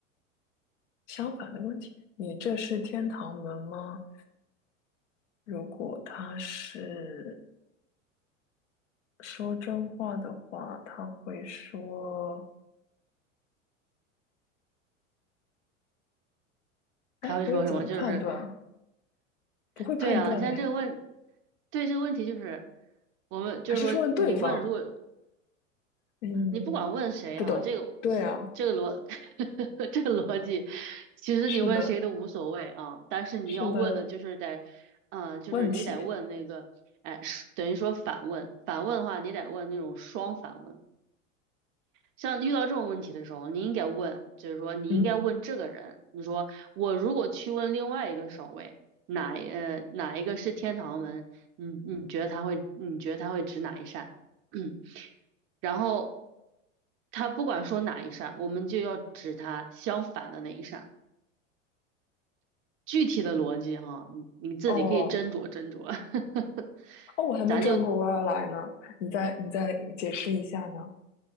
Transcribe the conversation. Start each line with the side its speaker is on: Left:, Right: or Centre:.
Left: 相反的问题，你这是天堂门吗？如果他是说真话的话，他会说：“哎，
Right: 他会说什么？
Left: 我也怎么判断啊
Right: 就是，
Left: 不会判断呢？
Right: 对啊，现在这个问，对这个问题就是，我们就是说，
Left: 还是问对方？
Right: 你问，如果
Left: 嗯，
Right: 你不管问谁哈、
Left: 不懂。
Right: 这个其这个逻
Left: 对啊，
Right: <laughs> 这个逻辑，其实你问谁都无所谓啊。
Left: 是的，
Right: 但是你要问的就是得，
Left: 是的，
Right: 嗯、就是你得问那个，
Left: 问题。
Right: 哎，是等于说反问，反问的话，你得问那种双反问。像遇到这种问题的时候，你应该问，就是说你应该问这个人，
Left: 嗯，
Right: 你说我如果去问另外一个守卫，哪一呃哪一个是天堂门，你你觉得他会，你觉得他会指哪一扇？<clears throat> 然后他不管说哪一扇，我们就要指他相反的那一扇。具体的逻辑哈，你你自己可以斟酌斟酌。
Left: 哦，
Right: <laughs>
Left: 哦，我还没转过弯儿来呢，
Right: 咱就
Left: 你再你再解释一下呢？